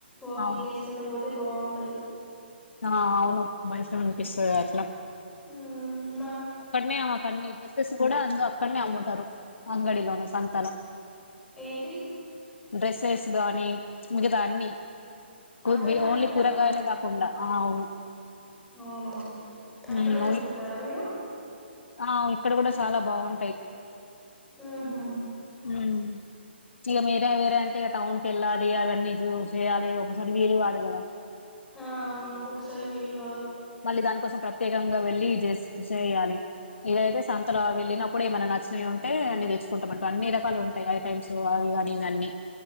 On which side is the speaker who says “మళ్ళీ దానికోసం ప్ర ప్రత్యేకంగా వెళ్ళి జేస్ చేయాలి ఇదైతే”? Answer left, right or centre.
Left